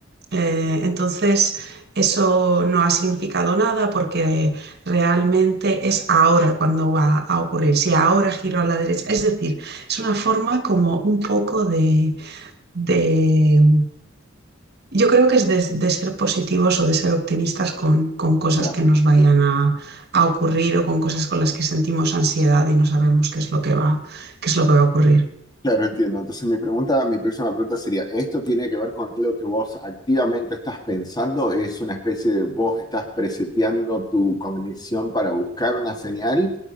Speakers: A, on the right (about 55°); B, on the left (about 20°).
A: eh, entonces eso no ha significado nada porque realmente es ahora cuando va a ocurrir, si ahora giro a la derecha, es decir, es una forma como un poco de... de yo creo que es de, de ser positivos o de ser optimistas con, con cosas
B: claro.
A: que nos vayan a, a ocurrir o con cosas con las que sentimos ansiedad y no sabemos qué es lo que va, qué es lo que va a ocurrir.
B: Claro, entiendo. Entonces mi pregunta, mi próxima pregunta sería, ¿esto tiene que ver con algo que vos activamente estás pensando? ¿Es una especie de vos estás preseteando tu cognición para buscar una señal?